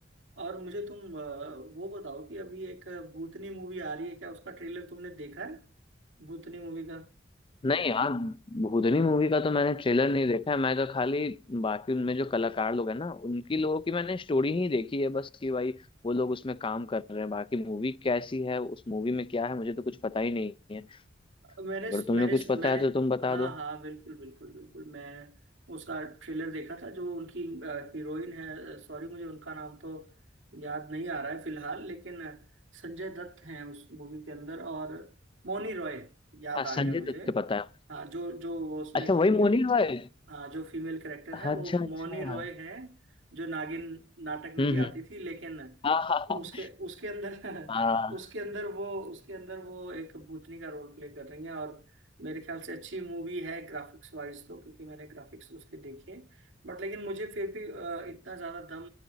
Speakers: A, on the right; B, on the left.
A: और मुझे तुम अ, वो बताओ कि अभी एक भूतनी मूवी आ रही है क्या उसका ट्रेलर तुमने देखा है भूतनी मूवी का
B: नहीं यार भूतनी मूवी का तो मैंने ट्रेलर नहीं देखा है मैं तो खाली बाकी उनमें जो कलाकार लोग हैं ना उनकी लोगों की मैंने स्टोरी ही देखी है बस कि भाई वो लोग उसमें काम कर रहे हैं बाकी मूवी कैसी है उस मूवी में क्या है मुझे तो कुछ पता ही नहीं है
A: मैंने
B: अगर तुम्हें
A: मैंने
B: कुछ पता
A: मैंने
B: है तो तुम बता
A: हाँ
B: दो
A: हाँ बिल्कुल बिल्कुल बिल्कुल मैं उसका ट्रेलर देखा था जो उनकी हीरोइन है सॉरी मुझे उनका नाम तो याद नहीं आ रहा है फिलहाल लेकिन अ, संजय दत्त हैं उस मूवी के अंदर और मौनी रॉय याद
B: हाँ
A: आ
B: संजय
A: गया मुझे
B: दत्त के पता है
A: हाँ जो जो वो उसमें
B: अच्छा वही
A: फीमेल
B: मोनी रॉय
A: हाँ जो फीमेल कैरेक्टर है
B: अच्छा
A: वो
B: अच्छा
A: मौनी रॉय है जो नागिन नाटक में
B: हम्म
A: भी आती
B: हम्म
A: थी लेकिन
B: <laughs> हाँ हाँ
A: उसके उसके अंदर
B: हाँ
A: <laughs> उसके अंदर वो उसके अंदर वो एक भूतनी का रोल प्ले कर रही हैं और मेरे ख्याल से अच्छी मूवी है ग्राफिक्स वाइज तो क्योंकि मैंने ग्राफिक्स उसके देखे बट लेकिन मुझे फिर भी अ, इतना ज्यादा दम